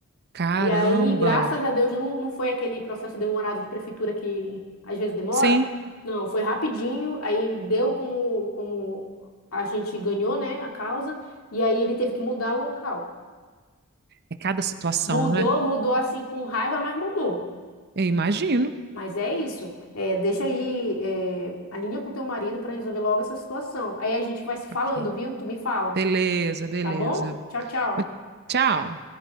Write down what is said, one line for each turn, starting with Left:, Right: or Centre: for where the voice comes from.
Right: Caramba!
Left: E aí, graças a Deus, não, não foi aquele processo demorado de prefeitura que às vezes demora.
Right: Sim,
Left: Não, foi rapidinho, aí deu como, como a gente ganhou, né, a causa, e aí ele teve que mudar o local.
Right: é cada situação,
Left: Mudou,
Right: né?
Left: mudou assim com raiva, mas mudou.
Right: Eu imagino.
Left: Mas é isso. É, deixa aí, é, alinha com teu marido para resolver logo essa situação. Aí a gente vai se falando,
Right: Ok.
Left: viu? Tu me fala,
Right: Beleza, beleza.
Left: tá bom? Tchau, tchau.
Right: Tchau.